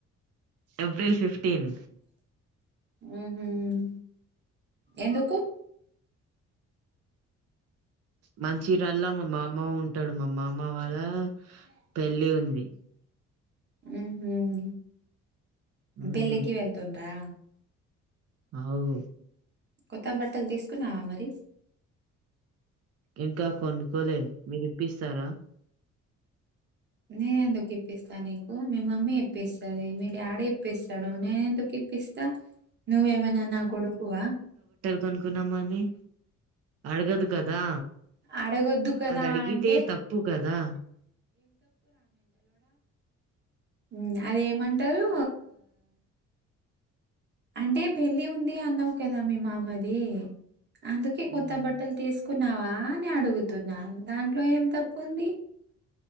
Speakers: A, on the right; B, on the right.
A: ఎప్రిల్ ఫిఫ్టీన్
B: మ్మ్ హ్మ్ ఎందుకు
A: మంచిరల్లా మా మామ ఉంటాడు మా మామ వాళ్ళ పెళ్ళి ఉంది
B: మ్మ్ హ్మ్
A: ఉమ్
B: పెళ్ళికి వెళ్తుండ్రా
A: అవు
B: కొత్త బట్టలు తీసుకున్నావా మరి
A: ఇంకా కొనుక్కోలే మీరు ఇప్పిస్తారా
B: నేనేందుకు ఇప్పిస్తా నీకు మీ మమ్మీ ఇప్పిస్తది మీ డాడీ ఇప్పిస్తాడు నేనేందుకు ఇప్పిస్తా. నువ్వేమైనా నా కొడుకువా
A: కొనుకోనమ ని అడగదు కదా
B: అడగొద్దు కదా
A: అది అడిగితే
B: అంటే
A: తప్పు గదా
B: మ్మ్ అది ఏమంటారు అంటే పెళ్లి ఉంది అన్నావు కదా మీ మామది అందుకే కొత్త
A: ఉమ్,
B: బట్టలు తీసు కున్నావా అని అడుగుతున్నా దాంట్లో ఏం తప్పుంది